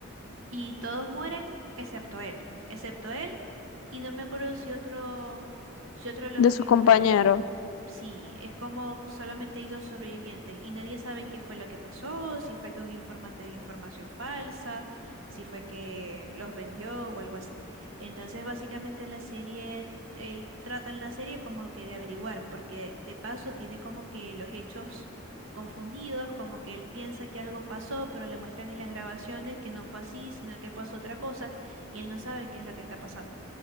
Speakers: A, on the right; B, on the left.
A: Y todos mueren excepto él. Excepto él. Y no me acuerdo si otro, si otro de los
B: de
A: amigos
B: sus compañeros.
A: de él. Sí, es como solamente hay dos sobrevivientes y nadie sabe qué fue lo que pasó, si fue que un informante dio información falsa, si fue que los vendió o algo así. Entonces, básicamente la serie, él trata en la serie como que de averiguar, porque de paso tiene como que los hechos confundidos, como que él piensa que algo pasó, pero le muestran en las grabaciones que no fue así, sino que pasó otra cosa y él no sabe qué es lo que está pasando.